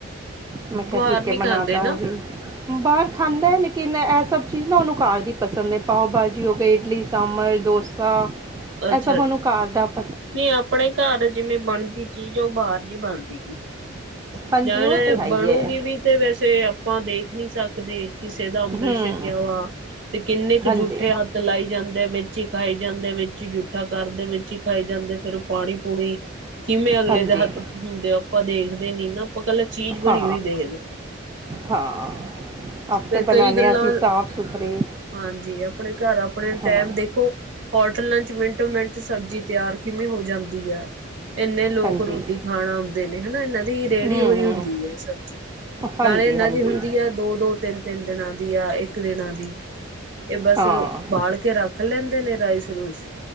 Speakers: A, on the right; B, on the right.
A: ਮੈਂ ਕਿਹਾ
B: ਬਾਹਰ
A: ਠੀਕ
B: ਨੀ
A: ਹੈ ਬਣਾ
B: ਖਾਂਦੇ
A: ਦਾਂਗੀ
B: ਨਾ।
A: ਬਾਹਰ ਖਾਂਦਾ ਹੈ ਲੇਕਿਨ ਇਹ ਸਭ ਚੀਜ਼ ਨਾ ਉਹਨੂੰ ਘਰ ਦੀ ਪਸੰਦ ਹੈ ਪਾਓ ਭਾਜੀ ਹੋ ਗਈ ਇਡਲੀ ਸਾਂਭਰ ਦੋਸਾ।
B: ਅੱਛਾ
A: ਐਸ ਮਨੂੰ
B: ਜੀ
A: ਘ ਦਾ <unintelligible>
B: ਨਹੀਂ ਆਪਣੇ ਘਰ ਜਿਵੇਂ ਬਣਦੀ ਚੀਜ਼ ਆ ਔਹ ਬਾਹਰ ਨੀ ਬਣਦੀ ਗੀ।
A: ਹਾਂਜੀ
B: ਜਾਂ ਇਹਨੇ
A: ਉਹ ਤਾਂ ਹੈ ਹੀ
B: ਬਣੂਗੀ
A: ਹੈ
B: ਵੀ ਤੇ ਵੈਸੇ ਆਪਾਂ ਦੇਖ ਨੀ ਸਕਦੇ ਕਿਸੇ ਦਾ ਅੰਮ੍ਰਿਤ
A: ਹੂੰ
B: ਛਕਿਆ ਵਾ, ਤੇ ਕਿੰਨੇ ਕੁ
A: ਹਾਂਜੀ
B: ਜੂਠੇ ਹੱਥ ਤਲਾਈ ਜਾਂਦੇ ਵਿੱਚ ਹੀ ਖਾਈ ਜਾਂਦੇ ਵਿੱਚ ਹੀ ਜੂਠਾ ਕਰਦੇ ਵਿੱਚ ਹੀ ਖਾਈ ਜਾਂਦੇ ਫਿਰ ਪਾਣੀ ਪੂਣੀ ਕਿਵੇਂ ਅਗਲੇ
A: ਹਾਂਜੀ
B: ਦੇ ਹੱਥ ਹੁੰਦੇ ਆਪਾਂ ਦੇਖਦੇ ਨੀ ਨਾ ਆਪਾਂ ਕੱਲਾ ਚੀਜ਼ ਬਣੀ
A: ਹਾਂ
B: ਹੋਈ ਦੇਖਦੇ।
A: ਹਾਂ ਆਪੇ
B: ਫੇ
A: ਬਣਾਉਂਦੇ
B: ਕਈ ਗੱਲਾਂ
A: ਹਾਂ ਅਸੀਂ ਸਾਫ ਸੁਥਰੇ
B: ਹਾਂਜੀ ਆਪਣੇ ਘਰ ਆਪਣੇ
A: ਹਾਂ
B: ਟਾਈਮ ਦੇਖੋ। ਹੋਟਲਾਂ ਚ ਮਿੰਟੋ- ਮਿੰਟ ਸਬਜ਼ੀ ਕਿਵੇਂ ਤਿਆਰ ਹੋ ਜਾਂਦੀ ਐ? ਇੰਨੇ ਲੋਕ
A: ਹਾਂਜੀ
B: ਰੋਟੀ ਖਾਣਾ ਆਉਂਦੇ ਨੇ ਹਨਾ ਇਹਨਾਂ ਦੀ ਰੇਹੜੀ
A: ਹਮ
B: ਹੋਈ
A: ਹਮ
B: ਹੁੰਦੀ ਹੈ। ਸਬਜ਼ੀ
A: ਹਾਂਜੀ
B: ਨਾਲੇ ਇਹਨਾਂ
A: ਹਾਂਜੀ
B: ਦੀ ਹੁੰਦੀ ਆ। ਦੋ ਦੋ ਤਿੰਨ ਤਿੰਨ ਦਿਨਾਂ ਦੀ ਆ ਇੱਕ ਦਿਨਾਂ ਦੀ, ਇਹ ਬਸ
A: ਹਾਂ
B: ਬਾਲ ਕੇ ਰੱਖ ਲੈਂਦੇ ਲੈਂਦੇ ਨੇ ਰਾਈਸ ਰੂਈਸ,